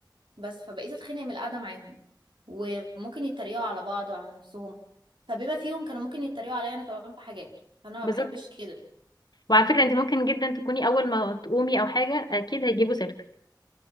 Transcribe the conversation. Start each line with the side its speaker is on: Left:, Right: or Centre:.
Right: بس فبقيت اتخانق من القعده معاهم وممكن يتريقوا على بعض وعلى نفسهم فبما فيهم كانوا ممكن يتريقوا عليا انا كمان في حاجات فانا
Left: بالظبط
Right: ما بحبش كده
Left: وعلى فكره انت ممكن جدا تكوني اول ما تقومي او حاجه اكيد هيجيبوا سيرتك